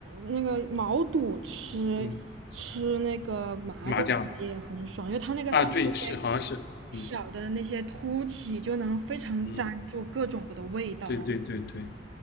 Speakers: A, on the right (about 85°); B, on the left (about 55°).
A: 那个毛肚吃吃那个麻酱也很爽，
B: 嗯，麻酱
A: 因为它那个上面那些
B: 啊，对，是好像是，
A: 小的那些凸起就能非常粘住各种各的味道。
B: 嗯嗯，对对对对，
A: 然后